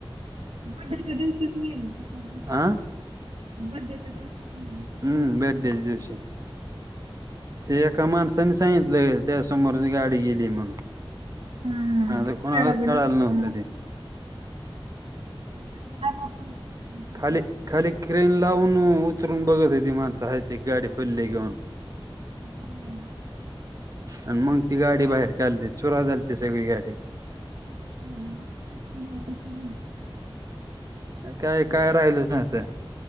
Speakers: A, on the right; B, on the right.
A: बड्डेच्या दिवशीच गेलो <unintelligible>
B: हा
A: बड्डेच्या दिवशी <unintelligible>
B: हम्म, बड्डेच्या दिवशी. ते एका माणसाने सांगितलंय, त्या समोरच गाडी गेली म्हणून.
A: हम्म
B: हा, कोणालाच
A: कळलं बी
B: कळालं
A: नसतं
B: नव्हतं
A: कोणाला.
B: ते.
A: <unintelligible>
B: खाली
A: ना की
B: खाली क्रेन लावून, उतरून बघत होती माणसं हायत का गाडी पडली घेऊन.
A: हम्म
B: आणि मग ती गाडी बाहेर काढली, चुरा झालती सगळी गाडी.
A: हम हम मग <unintelligible>
B: काय काय राहिलंच नव्हतं,